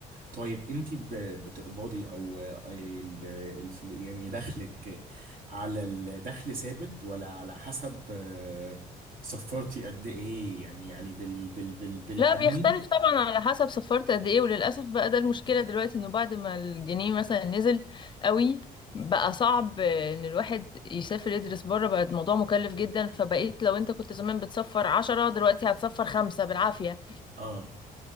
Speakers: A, on the right (about 70°); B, on the left (about 30°).
A: طيب انت ب- بتقبضي او آه، ال- الف- يعني دخلك على الدخل ثابت ولا على حسب آه، صفرتي قد ايه يعني يعني بال بال بال بالعميل
B: لا بيختلف طبعا على حسب سفرت قد ايه وللاسف بقى ده المشكله دلوقتي انه بعد ما الجنيه مثلا نزل قوي بقى صعب آه، ان الواحد يسافر يدرس بره بقى الموضوع مكلف جدا فبقيت لو انت كنت زمان بتسفر عشرة دلوقتي هتسفر خمسة بالعافية
A: اه